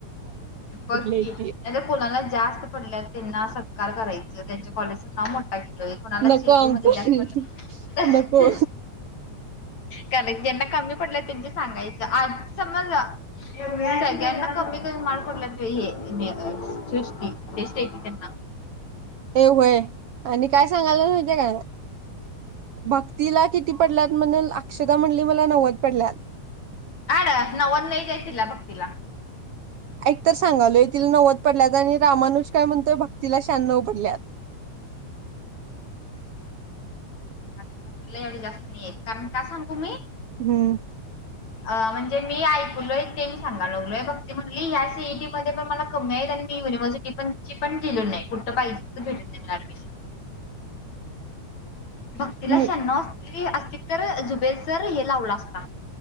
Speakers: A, on the left (about 65°); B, on the right (about 65°).
A: बघकी
B: आहेत ती
A: कोणाला जास्त पडल्या त्यांना सत्कार करायचं, त्यांच्या कॉलेज नाव मोठं होईल. कोणाला
B: नको
A: सीईटी
B: आमचं
A: मध्ये जास्त पडल्यात,
B: नको
A: कारण ज्यांना कमी पडल्या पडलेत त्यांच सांगायच आज समज सगळ्यांना कमी कमी मार्क पडल्यात हे सृष्टी त्या स्टेफी त्यांना
B: ए होय आणि काय सांगायला माहिती आहे काय भक्तीला किती पडल्यात म्हणून अक्षता म्हणली मला नव्वद पडल्यात
A: हाड नव्वद नाही नाहीच आहेत तिला भक्तीला
B: ऐक तर सांगालोय तिला नव्वद पडल्यात आणि रामानुज काय म्हणतोय भक्तीला शहाण्णव पडल्यात
A: हाड तिला एवढी जास्त नाहीे आहेत कारण काय सांगू मी
B: हम्म
A: अ म्हणजे मी ऐकलोय ते मी सांगालोय भक्ती म्हणली ह्या सीईटी मध्ये पण मला कमी आहेत आणि मी युनिव्हर्सिटी पण पण दिलो नाही कुठ पाहिजे भेटते नाही मला ऍडमिशन भक्तीला
B: मी
A: शहाण्णव अस तील असतीत तर जुबेल सर हे लावला असता